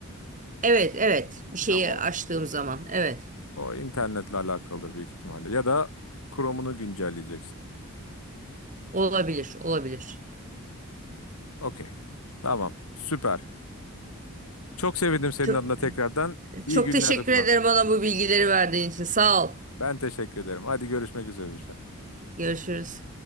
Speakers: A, on the right; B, on the left.
A: Evet evet bir şeyi
B: Ha, o,
A: açtığım zaman evet
B: O internetle alakalıdır büyük ihtimalle. Ya da Chrome'unu güncelleyeceksin.
A: olabilir olabilir.
B: Okey. Tamam. Süper. Çok sevindim senin
A: Çok,
B: adına tekrardan. İyi
A: çok
B: günlerde
A: teşekkür
B: kullan.
A: ederim bana bu bilgileri verdiğin için sağ ol.
B: Ben teşekkür ederim. Hadi görüşmek üzere.
A: Görüşürüz.